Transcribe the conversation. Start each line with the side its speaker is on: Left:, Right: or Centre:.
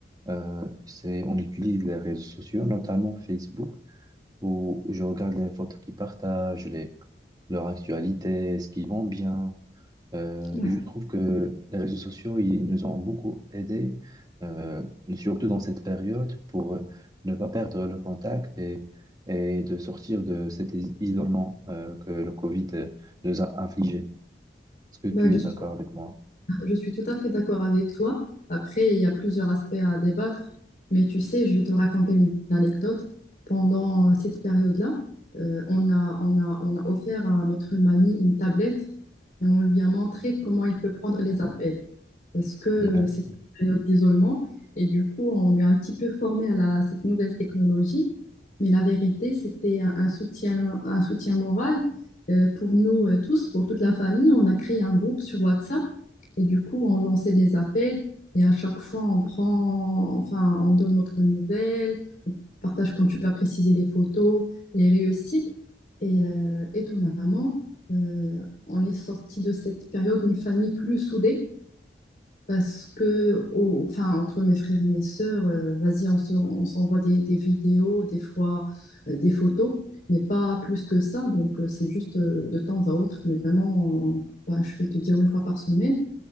Right: euh, c'est on utilise les réseaux sociaux, notamment Facebook, où je regarde les photos qu'ils partagent, les, leur actualité, ce qu'ils vont bien. Euh,
Left: Ouais.
Right: et je trouve que les réseaux sociaux, ils nous ont beaucoup aidés, euh, surtout dans cette période, pour euh, ne pas perdre le contact et, et de sortir de cet is- isolement euh, que le Covid euh, nous a infligé. Est-ce que tu
Left: Ben, je
Right: es
Left: suis
Right: d'accord avec moi?
Left: Je suis tout à fait d'accord avec toi. Après, il y a plusieurs aspects à débattre, mais tu sais, je vais te raconter une anecdote. Pendant cette période-là, euh, on a, on a, on a offert à notre mamie une tablette et on lui a montré comment il peut prendre les appels parce que euh,
Right: D'accord.
Left: c'était une période d'isolement. Et du coup, on lui a un petit peu formé à la- cette nouvelle technologie. Mais la vérité, c'était un, un soutien, un soutien moral euh, pour nous euh, tous, pour toute la famille. On a créé un groupe sur WhatsApp et du coup, on lançait les appels. Et à chaque fois, on prend, enfin, on donne notre nouvelle, on partage, comme tu l'as précisé, les photos, les réussites. Et euh, étonnamment, euh, on est sorti de cette période d'une famille plus soudée parce que, au- enfin, entre mes frères et mes sœurs, euh, vas-y, on se- on s'envoie des, des vidéos, des fois euh, des photos, mais pas plus que ça. Donc, euh, c'est juste euh, de temps à autre, mais vraiment, bah, je vais te dire une fois par semaine.